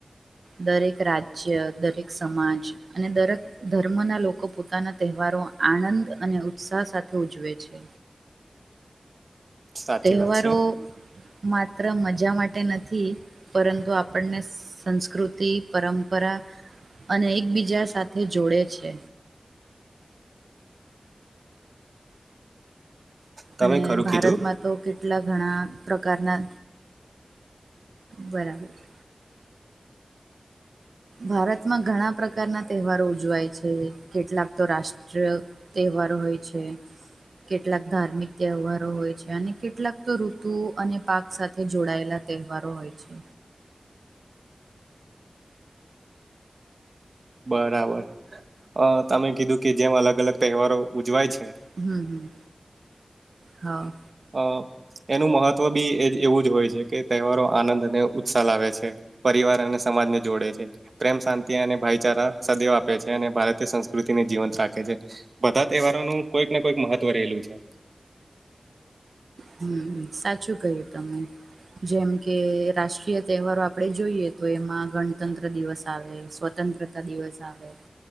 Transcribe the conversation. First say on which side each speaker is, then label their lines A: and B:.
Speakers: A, on the right (about 85°); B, on the right (about 70°).
A: દરેક રાજ્ય દરેક સમાજ અને દરેક ધર્મના લોકો પોતાના તહેવારો આનંદ અને ઉત્સાહ સાથે ઉજવે છે.
B: સાચી
A: તહેવારો
B: વાત છે
A: માત્ર મજા માટે નથી પરંતુ આપણને સંસ્કૃતિ પરંપરા અને એકબીજા સાથે જોડે છે.
B: તમે
A: અને
B: ખરું
A: ભારતમાં
B: કીધું
A: તો કેટલા ઘણા પ્રકારના બરાબર. ભારતમાં ઘણા પ્રકારના તહેવારો ઉજવાય છે, કેટલાક તો રાષ્ટ્રીય તહેવારો હોય છે. કેટલાક ધાર્મિક તહેવારો હોય છે, અને કેટલાક તો ઋતુ અને પાક સાથે જોડાયેલા તહેવારો હોય છે.
B: બરાબરઅહ તમે કીધું કે જેમ અલગ અલગ તહેવારો ઉજવાય છે
A: હમ્મ હમ્મ હા.
B: અહ એનું મહત્વ બી એ એવું જ હોય છે, કે તહેવારો આનંદ અને ઉત્સાહ લાવે છે, પરિવાર અને સમાજ ને જોડે છે. પ્રેમ શાંતિ અને ભાઈચારા સદૈવ આપે છે, અને ભારતીય સંસ્કૃતિને જીવંત રાખે છે. બધા તહેવારોનું કોઈક ને કોઈક મહત્વ રહેલું છે.
A: હમ્મ હમ્મ સાચું કહ્યું તમે. જેમ કે રાષ્ટ્રીય તહેવારો આપડે જોઈએ તો એમાં ગણતંત્ર દિવસ આવે સ્વતંત્ર આ દિવસ આવે